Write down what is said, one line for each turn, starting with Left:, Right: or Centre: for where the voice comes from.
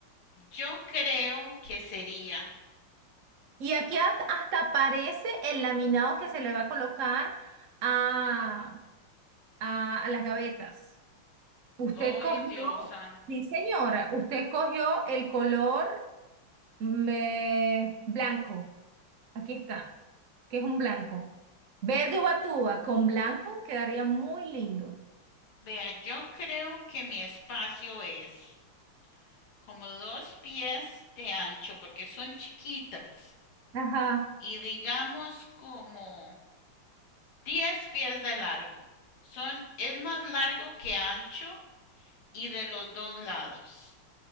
Left: yo creo que sería
Right: Y aquí at- hasta aparece el laminado que se le va a colocar a, a a las gavetas. Usted
Left: Ay,
Right: cogió,
Left: Dios santo,
Right: sí señora,
Left: ¿qué es esto?
Right: usted cogió el color. Me... Blanco. Aquí está. ¿Qué es un blanco? Verde ubatuba con blanco quedaría muy lindo.
Left: Vea, yo creo que mi espacio es como dos pies de ancho porque son chiquitas
Right: Ajá.
Left: y digamos como 10 pies de largo. Son, es más largo que ancho y de los dos lados.